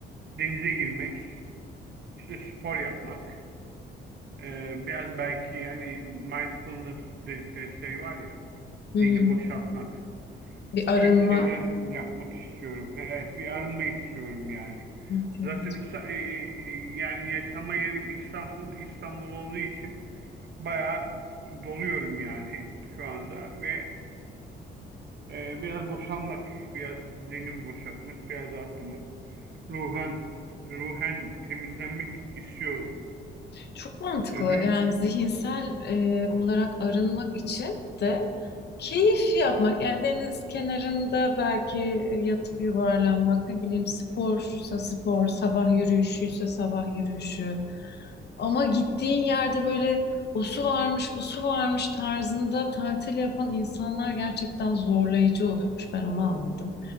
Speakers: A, on the right; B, on the left.
A: denize girmek, işte spor yapmak. Ee, biraz belki yani mindfulness dedikleri şey var ya,
B: Hı
A: zihni
B: hı.
A: boşaltmak.
B: Bir
A: O
B: arınma
A: tür şeyler yapmak istiyorum. He, Evet bir arınma istiyorum yani.
B: ihtiyacı.
A: Zaten İsta- e, e, e, yani yaşama yerim İstanbul. İstanbul olduğu için bayağı doluyorum yani şu anda ve e, biraz boşalmak, biraz zihnimi boşaltmak, biraz rahatlamak, ruhen ruhen temizlenmek istiyorum.
B: Çok mantıklı.
A: Yani benim
B: Yani
A: için
B: zihinsel
A: bu.
B: e, olarak arınmak için de keyif yapmak. Yani deniz kenarında belki yatıp yuvarlanmak, ne bileyim sporsa spor, sabah yürüyüşüyse sabah yürüyüşü. Ama gittiğin yerde böyle o su varmış, bu su varmış tarzında tatil yapan insanlar gerçekten zorlayıcı oluyormuş. Ben onu anladım.